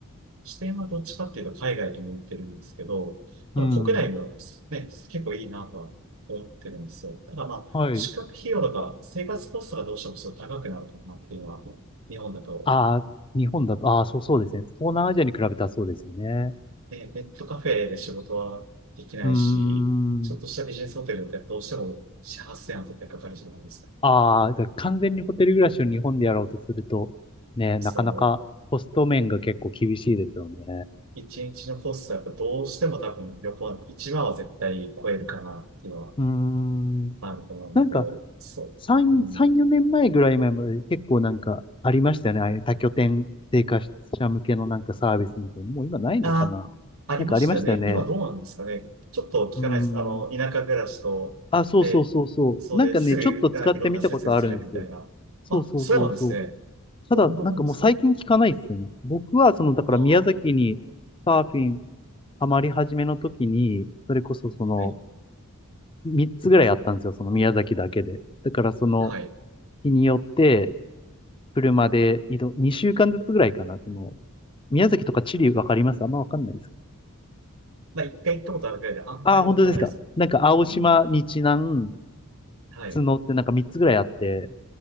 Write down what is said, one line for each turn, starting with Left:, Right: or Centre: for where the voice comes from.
Right: 視点はどっちかっていうと海外に向いてるんですけど、まあ、
Left: うん。
Right: 国内もね、結構いいなとは思ってるんですよ。ただまあ、
Left: はい。
Right: 宿泊費用とか生活コストがどうしてもすごい高くなるかなっていうのは、日本だと、
Left: ああ、日本だと、ああ、そうそうですね。東南アジアに比べたらそうですよね。
Right: ね、ネットカフェで仕事はできないし、
Left: うーん。
Right: ちょっとしたビジネスホテルだってどうしても4、8000円は絶対かかるじゃないですか。
Left: ああ、だから完全にホテル暮らしを日本でやろうとすると、ね、なかなかコスト面が結構厳しいですよね。
Right: そう。一日のコストはやっぱどうしても多分旅行は1万は絶対超えるかなっていうのは
Left: うーん。
Right: あると思うんで、
Left: なん
Right: そう。
Left: か、
Right: うん。
Left: 3、3、4年前ぐらい前まで結構なんかありましたよね。ああいう多拠点生活者向けのなんかサービスみたいな。もう今ないのかななんかありましたよね。
Right: あ、ありましたよね。今どうなんですかね。ちょっと聞かないです。
Left: うーん。
Right: あの、田舎暮らしと、
Left: あ、そうそうそうそう。
Right: で、そうですぐ、
Left: なんかね、ちょっと使ってみたことあるんですよ。
Right: あ、いろんな施設移れるみたいな。
Left: そうそうそうそう。
Right: あ、そうなんですね。
Left: ただ、
Right: どんなもんですか
Left: なんかもう最近聞かないですよね。僕は、その、だから宮崎にサーフィン
Right: ああ、
Left: ハマり始めの時に、それこそその、
Right: はい。
Left: 3つぐらいあったんですよ、その宮崎だけで。だからその、
Right: はい。
Left: 日によって、車で移動、2週間ずつぐらいかな、その、宮崎とか地理わかりますあんまわかんないです。
Right: まあ、一回行ったことあるくらいで、あんまりわからないです。
Left: ああ、本当ですか。なんか青島、
Right: うん。
Left: 日南、
Right: はい。
Left: 角ってなんか3つぐらいあって、